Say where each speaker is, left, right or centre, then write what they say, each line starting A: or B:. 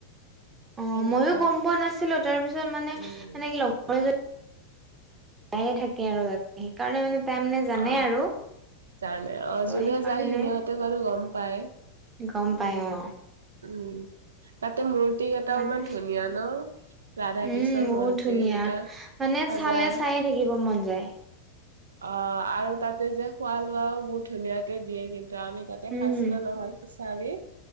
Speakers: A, on the right; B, on the right.
A: অ
B: সেনেকুৱা
A: মইো গম পোৱা নাছিলো তাৰ পিছত মানে
B: উম
A: সেনেকি লগৰ এজনী তায়ে থাকে আৰু ত সেইকাৰণে মানে তাই মানে জানে
B: অ
A: আৰু।
B: জানে অ
A: ত
B: যোনে
A: সেইকাৰণে
B: যায় সিনেহঁতে কো গম পায়।
A: গম
B: উম
A: পাই অ
B: উম তাতে মূৰ্তি কেইটাও
A: কাৰণে
B: ইমান ধুনীয়া ন। ৰাধা
A: উম
B: কৃষ্ণৰ
A: বহুত
B: মন্দিৰ
A: ধুনীয়া
B: এটা
A: মানে
B: সজায়।
A: চালে চায়ে থাকিব মন যায়
B: অ আৰু তাতে যে খোৱা লোৱাও বহুত ধুনীয়াকে দিয়ে কিন্তু আমি তাতে
A: উম
B: খাইছিলো নহয়। চাৰি